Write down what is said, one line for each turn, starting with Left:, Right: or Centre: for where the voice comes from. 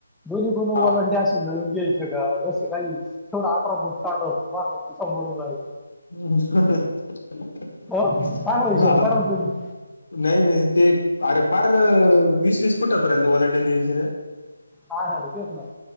Centre: दो्ही कोणी
Left: हा
Centre: वॉलंटि अस मिळून घ्यायचं का जसं काही तेवढ आठरा फूट संभळून रायली
Left: हम सोड
Centre: हो चांगला
Left: ते
Centre: हिशोब करा ना तुम्ही
Left: नाही नाही ते अरे पार वीस वीस फुटापर्यंत वॉलडे कर
Centre: हाना रे तेच ना